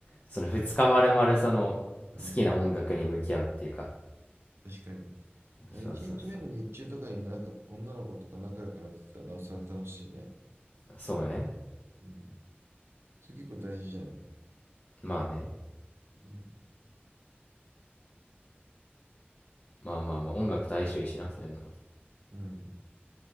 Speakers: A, on the left (about 35°); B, on the right (about 85°).
A: その2日丸々その、
B: うん
A: 好きな音楽に向き合うっていうか。
B: 確かに。
A: そうそうそう。
B: 1日目の日中とかになんか女の子とか仲良くなってたらなおさら楽しいね。
A: そうね。
B: うん。それ結構大事じゃない
A: まあね。
B: うん。
A: まあまあまあ、音楽と相性いいしな、そういうの。
B: うん。